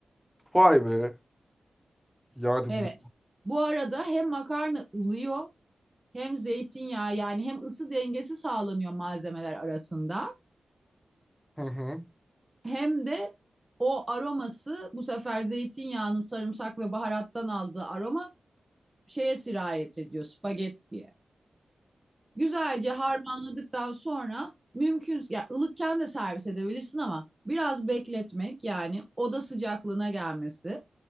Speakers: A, in the centre; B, on the right (about 20°).
A: Vay be. Yani
B: Evet.
A: bu-
B: Bu arada hem makarna ılıyor hem zeytinyağı yani hem ısı dengesi sağlanıyor malzemeler arasında
A: hı hı.
B: hem de o aroması bu sefer zeytinyağının sarımsak ve baharattan aldığı aroma şeye sirayet ediyor spagettiye. Güzelce harmanladıktan sonra mümkün ya ılıkken de servis edebilirsin ama biraz bekletmek yani oda sıcaklığına gelmesi